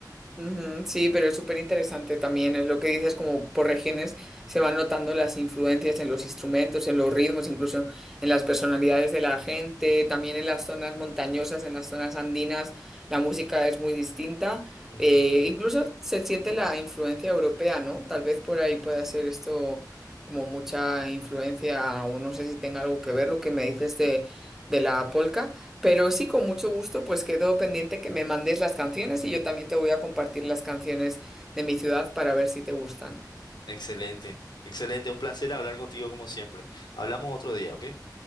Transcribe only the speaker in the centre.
Ujú, Sí, pero es súper interesante también, es lo que dices, como por regiones se van notando las influencias en los instrumentos, en los ritmos, incluso en las personalidades de la gente, también en las zonas montañosas, en las zonas andinas, la música es muy distinta,
eh, incluso se siente la influencia europea, ¿no? Tal vez por ahí pueda ser esto como mucha influencia, o no sé si tenga algo que ver lo que me dices de, de la polca. Pero sí, con mucho gusto, pues quedo pendiente que me mandes las canciones y yo también te voy a compartir las canciones de mi ciudad para ver si te gustan.